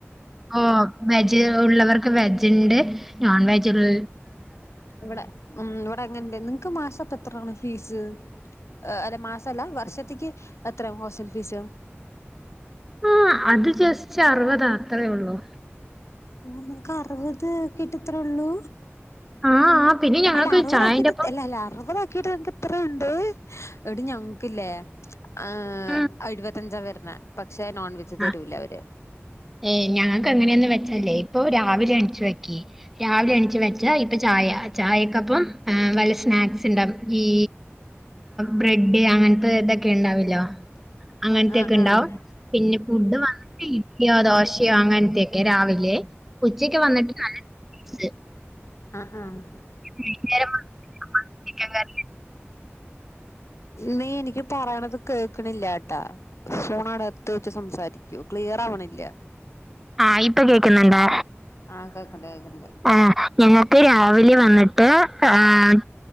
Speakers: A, in the centre; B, on the left (about 80°).
A: ഓ വെജ് ഉള്ളവർക്ക് വെജ് ഉണ്ട് നോൺ വെജ് ഉള്ള
B: ഇവിടെ ഉം ഇവിടെ അങ്ങനെണ്ട് നിങ്ങക്ക് മാസംപ്പ എത്രാണ് ഫീസ്? അല്ല മാസല്ല വർഷത്തേക്ക് എത്രയാ ഹോസ്റ്റൽ ഫീസ്?
A: ആ അത് ജസ്റ്റ് അറുപത് അത്രയേ ഉള്ളൂ.
B: അഹ് നിങ്ങക്ക് അറുപത് കിട്ടത്രേള്ളൂ
A: ആഹ് ആഹ് പിന്നെ ഞങ്ങൾക്ക്
B: അല്ല അറുപത്
A: ചായന്റെപ്പം
B: ആക്കിട്ട് അല്ല അല്ല അറുപത് ആക്കിട്ട് നിക്ക് ഇത്രുണ്ട് എടി ഞങ്ങക്കില്ലേ ആഹ്
A: ഉം
B: എഴുപത്തഞ്ചാവരുന്നേ പക്ഷെ നോൺവെജ് തരൂല
A: ആഹ്
B: അവര്
A: ഏഹ് ഞങ്ങൾക്ക് എങ്ങനെയാന്ന് വെച്ചലേ ഇപ്പൊ രാവിലെ അഞ്ചു വയ്ക്കി രാവിലെ എണീച്ച് വെച്ച ഇപ്പ ചായ ചായക്കപ്പം വല്ല സ്നാക്സ് <unintelligible> ഈ ബ്രഡ് അങ്ങനത്തെതൊ ണ്ടാവില്ലാ അങ്ങനത്തെക്കെ
B: ആഹ് ആഹ്
A: ഉണ്ടാവും
B: ആഹ്
A: പിന്നെ ഫുഡ് <unintelligible> യോ ദോശയോ അങ്ങനത്തൊക്കെ രാവിലെ ഉച്ചക്ക് വന്നിട്ട് നല്ല ചിപ്സ്
B: ആഹ് ആഹ് <inaudible>
A: വൈകുന്നേരം വന്നിട്ട് ചിക്കൻ കറി
B: നീ എനിക്ക് പറയണത് കേക്കണില്ല ട്ടാ ഫോണ് അവിട അടുത്ത് വെച്ച് സംസാരിക്കൂ ക്ലിയർ ആവണില്ല
A: ആ ഇപ്പൊ കേക്കുന്നുണ്ട്
B: ആഹ് കേക്കണ്ട് കേക്കണ്ട്
A: ആഹ് ഞങ്ങൾക്ക് രാവിലെ വന്നിട്ട് ആഹ്